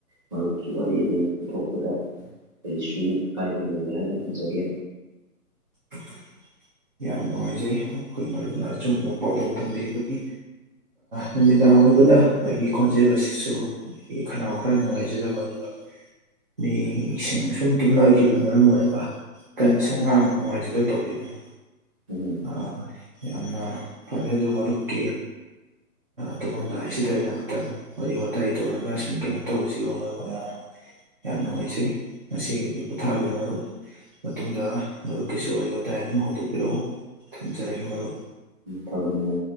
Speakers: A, on the right; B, on the right.
A: ꯃꯔꯨꯞꯀꯤ ꯋꯥꯔꯤ ꯑꯗꯨ ꯄꯨꯊꯣꯛꯄꯗ ꯀꯔꯤꯁꯨ ꯑꯀꯥꯏꯕ ꯂꯩꯔꯦꯏ ꯍꯥꯏꯅ ꯊꯝꯖꯒꯦ
B: <inaudible> ꯌꯥꯝ ꯅꯨꯡꯉꯥꯏꯖꯩ ꯑꯩꯈꯣꯏ ꯃꯔꯨꯞꯅ ꯑꯆꯨꯝꯕ ꯄꯥꯎꯗꯝ ꯊꯝꯕꯤꯕꯒꯤ ꯅꯨꯃꯤꯗꯥꯡ ꯑꯣꯏꯕꯅ ꯑꯩꯒꯤ ꯈꯣꯟꯖꯦꯜ ꯑꯁꯤꯁꯨ ꯑꯩꯒꯤ ꯈꯅꯥꯎ ꯈꯔ ꯅꯨꯡꯉꯥꯏꯖꯗꯕ ꯑꯗꯨꯒ ꯃꯤꯁꯤꯡ ꯁꯨꯝ ꯇꯨꯝꯅꯈꯤꯕꯅ ꯃꯔꯝ ꯑꯣꯏꯔꯒ ꯀꯟꯅ ꯁꯨꯝ ꯉꯥꯡꯕ ꯅꯨꯡꯉꯥꯏꯖꯗ ꯇꯧꯕꯤꯕꯅꯤ
A: ꯎꯝ
B: ꯑ ꯌꯥꯝꯅ ꯐꯔꯦ ꯑꯗꯨ ꯃꯔꯨꯞꯀꯤ ꯇꯨꯃꯥꯝꯗꯥꯏꯁꯤꯗ ꯑꯩꯅ ꯉꯥꯏꯍꯥꯛꯇꯪ ꯋꯥꯔꯤ ꯋꯥꯇꯥꯏ ꯇꯧꯔꯒ ꯁꯨꯝ ꯀꯩꯅꯣ ꯇꯧꯕꯁꯤꯒꯨꯝꯕ ꯑꯣꯏꯅ ꯌꯥꯝ ꯅꯨꯡꯉꯥꯏꯖꯩ ꯉꯁꯤꯒꯤꯗꯤ ꯄꯣꯊꯥꯕꯤꯔꯣ ꯃꯔꯨꯞ ꯃꯇꯨꯡꯗ ꯃꯔꯨꯞꯀꯤꯁꯨ ꯋꯥꯔꯤ ꯋꯥꯇꯥꯏ ꯑꯗꯨꯝ ꯍꯧꯗꯣꯛꯄꯤꯔꯛꯎ ꯊꯝꯖꯔꯒꯦ ꯃꯔꯨꯞ
A: ꯐꯒꯅꯤ